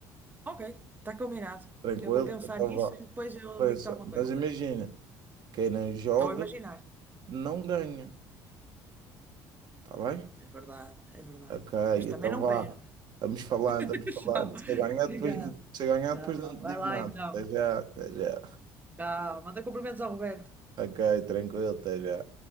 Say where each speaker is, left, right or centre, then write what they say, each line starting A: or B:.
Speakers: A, on the right; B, on the right.
A: Ok, está combinado.
B: Tranquilo?
A: Eu vou pensar
B: Então
A: nisso
B: vá.
A: e depois eu
B: Pensa.
A: digo-te alguma
B: Mas
A: coisa.
B: imagina, quem não joga
A: Estou a imaginar.
B: não ganha, tá bem?
A: É verdade, é verdade.
B: Ok,
A: Mas
B: então
A: também não
B: vá.
A: perde.
B: vamos falando,
A: <laughs>
B: vamos falando.
A: Tchau.
B: Se eu ganhar
A: Obrigada.
B: depois, de- se eu ganhar
A: Tchau.
B: depois não te
A: Vai
B: digo
A: lá
B: nada.
A: então.
B: Até já, até já.
A: Ah, manda cumprimentos ao Roberto.
B: Ok, tranquilo, até já.